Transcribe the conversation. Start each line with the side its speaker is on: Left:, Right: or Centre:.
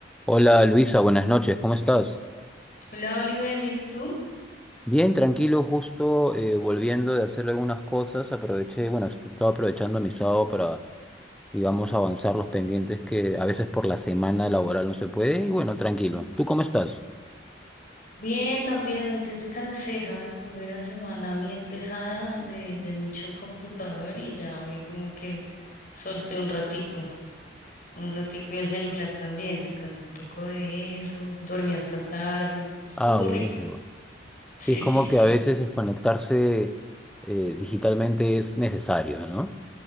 Centre: Hola Luisa, buenas noches, ¿cómo estás?
Left: Hola Oliver, ¿bien y tú?
Centre: Bien, tranquilo, justo eh, volviendo de hacer algunas cosas, aproveché, bueno, est- estaba aprovechando mi sábado para, digamos, avanzar los pendientes que a veces por la semana laboral no se puede, y bueno, tranquilo. ¿Tú cómo estás?
Left: Bien, también hoy descansé, ¿sabes? Tuve una semana bien pesada de, de mucho computador y ya hoy como que solté un ratico, un ratico y el celular también, descansé un poco de eso, dormí hasta tarde, estuvo
Centre: Ah, buenísimo.
Left: rico. <laughs>
Centre: Sí,
Left: Sí,
Centre: es como
Left: sí, sí.
Centre: que a veces desconectarse eh, digitalmente es necesario, ¿no?